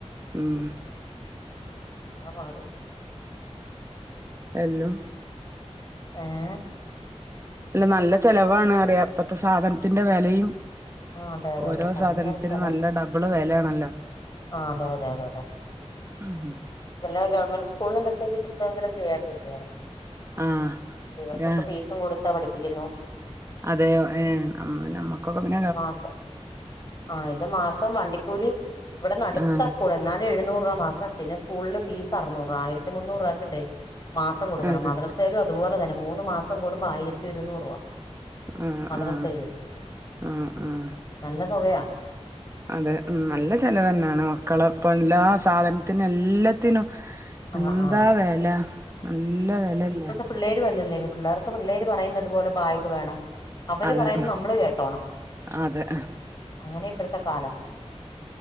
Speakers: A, on the right (about 25°); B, on the left (about 35°).
A: ഉം
B: ആതാ പാട്
A: ഹലോ
B: ഏഹ്
A: അല്ല നല്ല ചെലവാണ് അറിയ ഇപ്പത്തെ സാധനത്തിന്റെ വെലയും
B: ആഹ് അതെ അതെ
A: ഓരോ
B: അതെ ഭയങ്കര
A: സാധനത്തിന്
B: ചെലവ്
A: നല്ല ഡബിള് വെലയാണല്ലോ
B: ആഹ് അതെ അതെ അതെ അതെ
A: ഉം ആഹ്
B: വല്ല ഗവമെന്റ് സ്കൂളില വച്ചെങ്കിൽ പുസ്തകങ്ങള ഫീ ആയിട്ട്രിക്കയാണ്
A: ആഹ്
B: ഇവർക്കൊക്കെ ഫീസും കൊടുത്താ പഠിപ്പിക്കുന്നു
A: അതെ മ്മ നമ്മക്കൊക്കെ പി-
B: ടെ മാസം ആ ഇത് മാസം- വണ്ടിക്കൂലി ഇവിടെ നടുത്ത
A: ആഹ്
B: സ്കൂള- എന്നാലും എഴുന്നൂറ് രൂപ മാസം- പിന്നെ സ്കൂളിൽ ഫീ ആരുന്നൂർ, ആയിരത്തി മുന്നൂറ് രൂപച്ചുഡെയിലി, മാസം കൊടുക്കണം.
A: ആഹ്
B: മദ്രസയിലും, അതുപോലെ തന്നെ മൂന്ന് മാസം കൂടുമ്പോ ആയിരത്തിരുന്നൂറ് രൂപ.
A: ഉം
B: മദ്രസയിലും
A: ഉം ഉം ഉം...
B: നല്ല തുകയാ.
A: അതെ ഉഉം നല്ല ചെിലവ് തന്നാണ്, മക്കള ഇപ്പോ എല്ലാ സാധനത്തിനും, എല്ലാത്തിനും.
B: ആഹ്
A: എന്താ
B: ആഹ്
A: വില നല്ല വിലല്ലേ.
B: പിള്ളേര് വല്ലേ, പിള്ളേർക്ക് പിള്ളേര്- പറയുന്നതുപോലെ ബാഗ് വേണം. അവര്
A: അതെ
B: പറയുന്നത് നമ്മള് കേട്ടോണം.
A: അതെ.
B: അങ്ങനെ ഇപ്പോഴത്തെ കാലം.